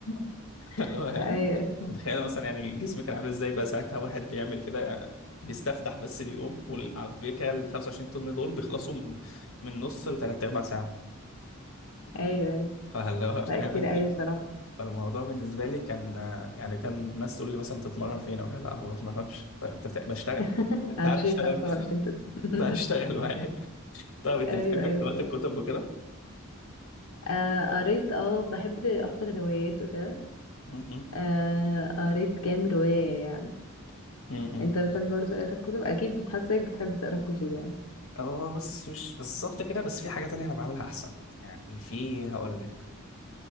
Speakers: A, on the left; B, on the left.
A: <laughs>
B: اللي هو
A: أيوة أيوة
B: متخيله مثلا يعني جسمك كان عامل ازاي بقى ساعتها واحد بيعمل كده بيستفتح بس اليوم وعلى فكره ال 25 طن دول بيخلصوا م- من نص لثلاث ارباع ساعه
A: أيوة
B: فاللي هو فاهم
A: لا كتير
B: انت
A: قوي بصراحة
B: فالموضوع بالنسبه لي كان يعني كان الناس تقول لي مثلا تتمرن فين اقول لها لا انا ما بتمرنش فانت بت- بشتغل
A: <laughs> هتجي
B: تعال اشتغل
A: 25 تت- <laughs>
B: تعال اشتغل معايا طب انت
A: ايوه
B: بتحب
A: ايوه
B: قراءه
A: فاهم.
B: الكتب وكده؟
A: آه قريت اه بحب اكتر الروايات وكده
B: م- م-
A: آه قريت كام رواية يعني
B: م- م.
A: انت بتحب برضه تقرا الكتب اكيد بتحسك بتحب تقرا الكتب يعني
B: هو بص مش بالظبط كده بس في حاجة تانية أنا بعملها أحسن يعني في هقول لك